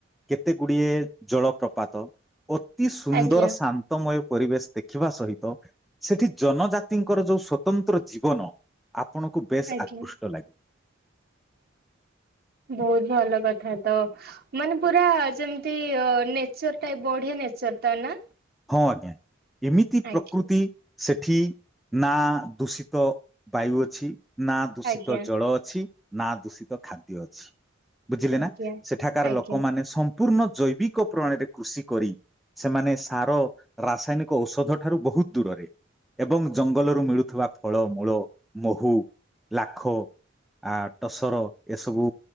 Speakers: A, in the centre; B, on the right.
A: କେତେ ଗୁଡିଏ ଜଳ ପ୍ରପାତ ଅତି ସୁନ୍ଦର
B: ଆଜ୍ଞା
A: ଶାନ୍ତ ତମୟ ପରିବେଶ ଦେଖିବା ସହିତ ସେଠି ଜନଜାତିଙ୍କର ଯୋଉ ସ୍ଵତନ୍ତ୍ର ଜୀବନ ଆପଣଙ୍କୁ ବେଶ
B: ଆଜ୍ଞା
A: ଆକୃଷ୍ଟ ଲାଗିବ।
B: ବହୁତ ଭଲ କଥା ତ। ମାନେ ପୁରା ଯେମିତି ନେଚର ଟା ବଢିଆ ନେଚର ଟ ନା।
A: ହଁ ଆଜ୍ଞା ଏମିତି
B: ଆଜ୍ଞା
A: ପ୍ରକୃତି ସେଠି ନା ଦୂଷିତ ବାୟୁ ଅଛି। ନା ଦୂଷିତ
B: ଆଜ୍ଞା
A: ଜଳ ଅଛି, ନା ଦୂଷିତ ଖାଦ୍ୟ ଅଛି। ବୁଝିଲେ
B: ଆଜ୍ଞା
A: ନା ସେଠାକାର
B: ଆଜ୍ଞା
A: ଲୋକମାନେ ସ ସମ୍ପୂର୍ଣ୍ଣ ଜୈବିକ ପ୍ରଣାଳୀରେ କୃଷି କରି ସେମାନେ ସାର ରାସାୟନିକ ଔଷଧ ଠାରୁ ବହୁତ ଦୂରରେ। ଏବଂ ଜଙ୍ଗଲରୁ ମିଳୁଥିବା ଫଳ, ମୂଳ, ମହୁ ଲାଖ ଆ ଟସର ଏସବୁ